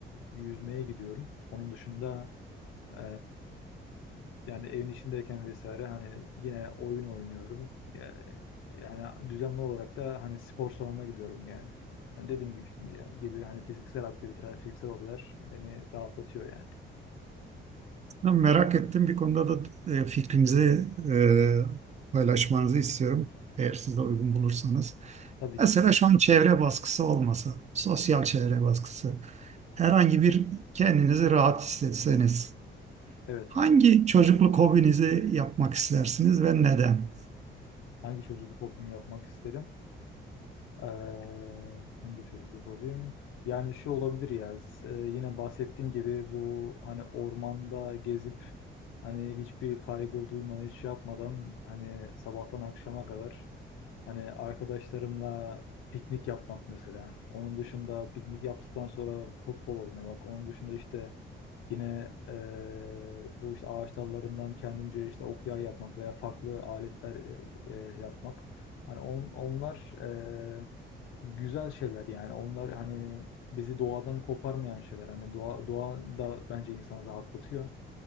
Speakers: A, on the left; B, on the right.
A: yüzmeye gidiyorum. Onun dışında e, yani evin içindeyken vesaire hani yine oyun oynuyorum. Ya- Yani düzenli olarak da hani spor salonuna gidiyorum yani. Yani dediğim gibi gibi hani fiziksel aktiviteler, fiziksel hobiler beni rahatlatıyor yani.
B: Ben merak ettim. Bir konuda da e, fikrinizi e, paylaşmanızı istiyorum. Eğer siz de uygun bulursanız.
A: Tabii
B: Mesela
A: ki.
B: şu an çevre baskısı olması, sosyal çevre baskısı. Herhangi bir kendinizi rahat hissetseniz,
A: Evet.
B: hangi çocukluk hobinizi yapmak istersiniz ve neden?
A: Hangi çocukluk hobimi yapmak isterim? Ee, hangi çocuklu fobim? Yani şu olabilir ya. s- e, yine bahsettiğim gibi bu hani ormanda gezip hani hiçbir kaygı duymadan hiç şey yapmadan hani sabahtan akşama kadar Hani arkadaşlarımla piknik yapmak mesela. Onun dışında piknik yaptıktan sonra futbol oynamak. Onun dışında işte yine eee, bu işte ağaç dallarından kendimce işte okuya yapmak veya farklı aletler eee, yapmak. Hani on- onlar eee, güzel şeyler yani. Onlar hani bizi doğadan koparmayan şeyler. Hani doğa, doğa da bence insanı rahatlatıyor.